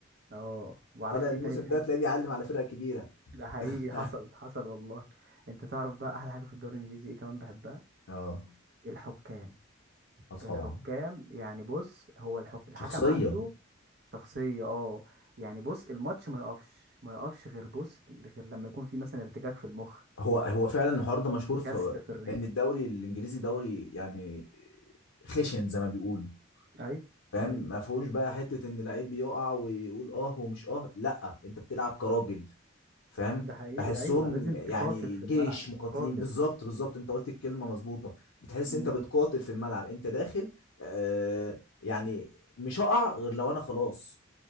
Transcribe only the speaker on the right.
اه وعارف
ايه
تاني بحب
ده حقيقي حصل حصل والله انت تعرف بقى أحلى حاجة في الدوري الإنجليزي ايه كمان بحبها
الحكام
الحكام يعني بص هو الحك... الحكم
عنده شخصية اه يعني بص الماتش ما يقفش ما يقفش غير بص غير لما يكون في مثلا ارتجاج في المخ
كسر في الرجل
ايوه
ايوه
ده حقيقي
ايوه لازم
تقاتل في
الملعب
تقاتل
امم